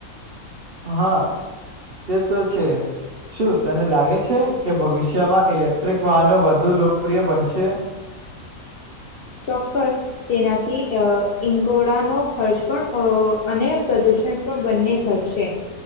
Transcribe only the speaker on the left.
ચોક્કસ તેનાથી અ ઈંગોળાનો ખર્ચ પણ અને પ્રદુષણ પણ બંને ઘટશે